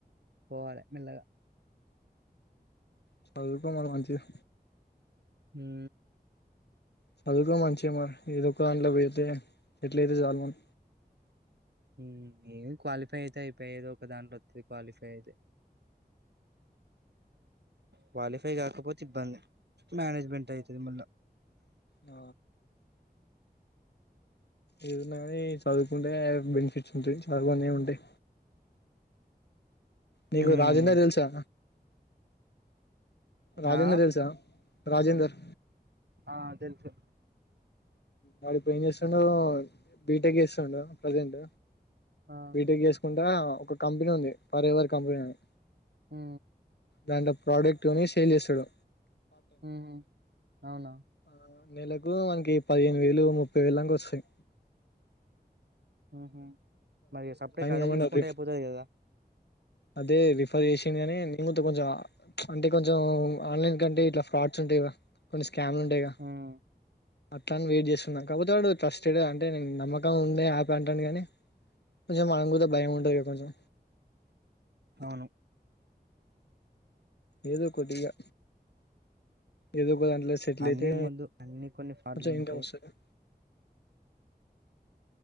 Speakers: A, on the right; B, on the left.
A: పోవాలె మెల్లగా
B: చదువుకో మల్ల మంచిగా
A: హూ
B: చదువుకో మంచిగా ఏదో ఒక దాంట్లో పోయితే సేట్లయితే చాలు మనం
A: ఉ ఏమి క్వాలిఫై అయితే అయిపయే ఏదో ఒక దాంట్ల వోస్తది క్వాలిఫై అయితే క్వాలిఫై కాకపోతే ఇబ్బంది మేనేజ్మెంట్ అయి తది మళ్ళ
B: ఆ ఏదున్నా కానీ చదువుకుంటే బెనిఫిట్స్ ఉంటాయి. చదువన్నే ఉంటయి నీకు
A: ఉమ్
B: రాజేందర్ తెల్సా రాజేందర్
A: ఆ
B: తెలుసా రాజేందర్
A: ఆ తెలుసు
B: వాడు ఇప్పుడు ఏం చేస్తుండు బీటెక్ చేస్తుండు ప్రజెంట్
A: ఆ
B: బీ టె క్ చేసుకుంటా ఆ ఒక కంపెనీ ఉంది ఫర్ ఎవర్ కంపెనీ అని
A: హు
B: దాంట్లో ప్రోడక్ట్ని సేల్ చేస్తాడు
A: హ్ హ్ అవునా
B: ఆ నెలకు వనీకి పదిహేను వేలు ముప్పై వేల దంక వోస్తాయి
A: హ్ హు మరి సప్పుడేకా అదే
B: కామన్నారు
A: చూసుకుంటే అయిపోతది కదా
B: అదే రిఫర్ చేసింది. కానీ నేను గుత కొంచెం ఆ అంటే కొంచెం ఆన్లైన్ కంటే ఇట్లా ఫ్రాడ్స్ ఉంటాయి గా. కోన్ని స్కామ్లు ఉంటాయి. గా
A: ఉమ్
B: అట్లా అని వెయిట్ చేస్తున్నా కాకపోతే వాడు ట్రస్టెడ్ అంటే నేను నమ్మకం ఉండే ఆ యాప్ అటండు గాని కొంచెం మనకు గుడా భయం ఉంటది కొంచెం
A: అవును
B: ఏదో కొద్దిగా ఏదో ఒక దాంట్లో సెటిల్
A: అన్ని
B: అయితే,
A: ముందు అన్ని కొన్ని ఫ్రాడ్లు
B: కొంచెం
A: ఉంటాయి
B: ఇన్కమ్ వస్తాది గా